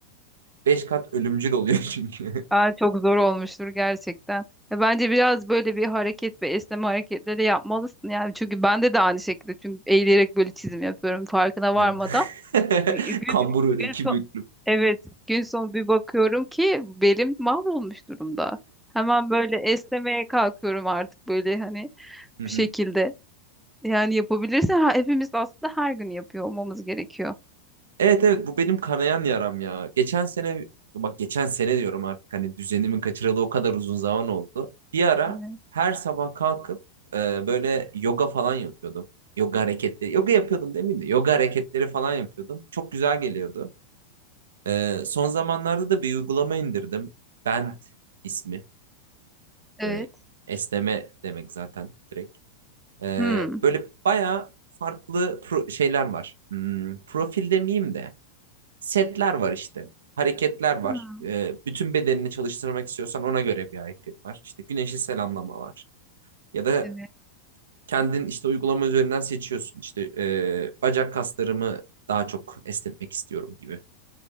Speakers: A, on the right (about 65°); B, in the centre.
A: Beş kat ölümcül oluyor çünkü.
B: Aa, çok zor olmuştur gerçekten. Ya Bence biraz böyle bir hareket ve esneme hareketleri yapmalısın yani çünkü bende de aynı şekilde çünkü eğilerek böyle çizim yapıyorum farkına
A: <laughs>
B: varmadan. Bir- Gün,
A: Kambur öyle
B: gün
A: iki
B: son,
A: büklüm.
B: evet gün sonu bir bakıyorum ki belim mahvolmuş durumda. Hemen böyle esnemeye kalkıyorum artık böyle hani
A: <laughs>
B: bir şekilde. Yani yapabilirsen ha, hepimiz aslında her gün yapıyor olmamız gerekiyor.
A: Evet evet bu benim kanayan yaram ya. Geçen sene bak geçen sene diyorum artık hani düzenimi kaçıralı o kadar uzun zaman oldu. Bir ara
B: Evet.
A: her sabah kalkıp e, böyle yoga falan yapıyordum. Yoga hareketleri, yoga yapıyordum demeyeyim de yoga hareketleri falan yapıyordum. Çok güzel geliyordu. E, son zamanlarda da bir uygulama indirdim. Bent ismi
B: Evet.
A: böyle esneme demek zaten direkt. E,
B: Hmm.
A: böyle bayağı farklı pro- şeyler var. Hmm, profil demeyeyim de setler var işte. Hareketler var.
B: Hmm.
A: Ee, bütün bedenini çalıştırmak istiyorsan ona göre bir hareket var. İşte güneşi selamlama var. Ya da
B: Evet.
A: kendin işte uygulama üzerinden seçiyorsun. İşte e, bacak kaslarımı daha çok esnetmek istiyorum gibi.